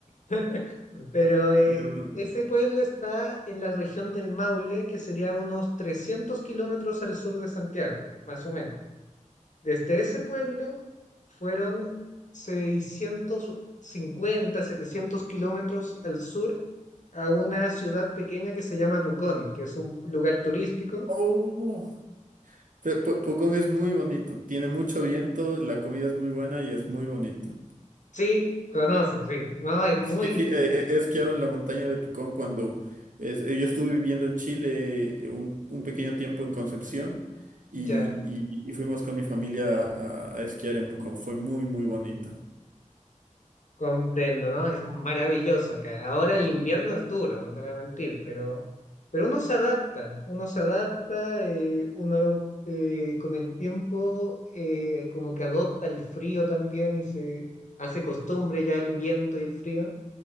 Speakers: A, on the left; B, on the right.
A: <laughs> pero eh,
B: Pero-
A: ese pueblo está en la región del Maule, que sería unos 300 kilómetros al sur de Santiago, más o menos. Desde ese pueblo fueron seiscientos cincuenta setecientos kilómetros al sur a una ciudad pequeña que se llama Pucón, que es un lugar turístico.
B: Oh, Pe- Pu- Pucón es muy bonito, tiene mucho viento, la comida es muy buena y es muy bonito.
A: Sí, conoces, sí. No, es muy,
B: Sí, sí, eh, eh, he esquiado en la montaña de Pucón cuando es- eh, yo estuve viviendo en Chile eh, un, un pequeño tiempo en Concepción y,
A: ya.
B: y- y fuimos con mi familia a, a esquiar en Pucón. Fue muy, muy bonito.
A: Comprendo, ¿no? Es maravilloso acá. Ahora el invierno es duro, no te voy a mentir, pero, pero uno se adapta, uno se adapta, eh, uno eh, con el tiempo eh, como que adopta el frío también y se hace costumbre ya el viento y el frío.